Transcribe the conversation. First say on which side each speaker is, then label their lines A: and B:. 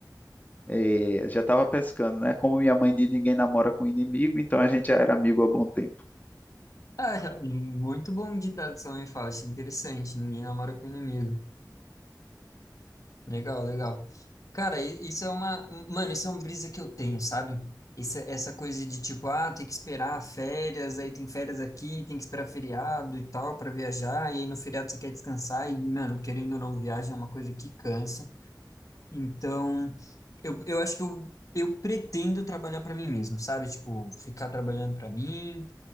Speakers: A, on the left; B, on the left.
A: é, já estava pescando, né? Como minha mãe diz, ninguém namora com inimigo, então a gente já era amigo há bom tempo.
B: Ah, muito bom ditado sua mãe fala, achei interessante. Ninguém namora com inimigo. Legal, legal. Cara, i- isso é uma. Mano, isso é uma brisa que eu tenho, sabe? Isso, essa coisa de tipo, ah, tem que esperar férias, aí tem férias aqui, tem que esperar feriado e tal pra viajar, e aí no feriado você quer descansar, e, mano, querendo ou não, viagem é uma coisa que cansa. Então, eu, eu acho que eu, eu pretendo trabalhar pra mim mesmo, sabe? Tipo, ficar trabalhando pra mim